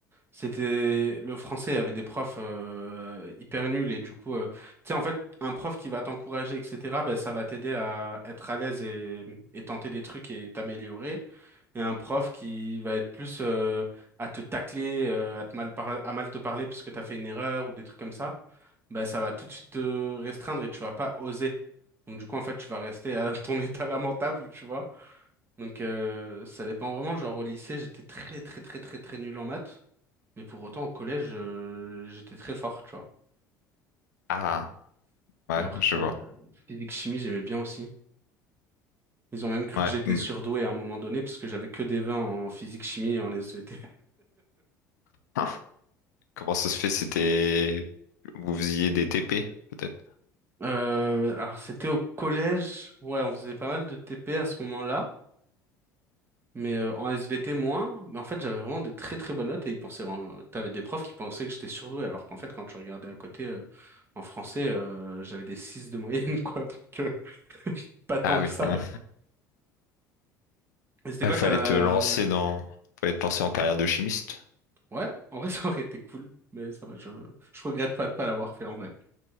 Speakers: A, on the right (about 25°); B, on the left (about 65°).
A: C'était, le français avait des profs euh, hyper nuls et du coup, euh, tu sais, en fait, un prof qui va t'encourager, etc., bah, ça va t'aider à être à l'aise et, et tenter des trucs et t'améliorer. et un prof qui va être plus euh, à te tacler, euh, à te mal parler, à mal te parler parce que t'as fait une erreur ou des trucs comme ça, ben ça va tout de suite te restreindre et tu vas pas oser. Donc du coup en fait tu vas rester à <laughs> ton état lamentable, tu vois. Donc euh, ça dépend vraiment. Genre au lycée j'étais très très très très très nul en maths, mais pour autant au collège euh, j'étais très fort, tu vois.
B: Ah, ouais,
A: Et après
B: je vois.
A: euh, physique chimie j'aimais bien aussi. Ils ont même cru
B: Ouais.
A: que j'étais
B: Hmm.
A: surdoué à un moment donné parce que j'avais que des 20 en physique chimie et en SVT.
B: Ah, Comment ça se fait? C'était. Vous faisiez des TP, peut-être?
A: Euh, alors c'était au collège, ouais, on faisait pas mal de TP à ce moment-là, mais euh, en SVT moins. Mais en fait, j'avais vraiment des très très bonnes notes et ils pensaient, vraiment- t'avais des profs qui pensaient que j'étais surdoué, alors qu'en fait, quand tu regardais à côté euh, en français, euh, j'avais des 6 de moyenne, <laughs> quoi, donc euh, pas tant
B: Ah
A: que
B: oui.
A: ça.
B: ouais.
A: Mais c'était
B: Il
A: quoi
B: fallait
A: ta... euh,
B: te lancer dans, fallait te lancer en carrière de chimiste.
A: Ouais, en vrai, <laughs> ça aurait été cool, mais ça va, je, je regrette pas de pas l'avoir fait en vrai.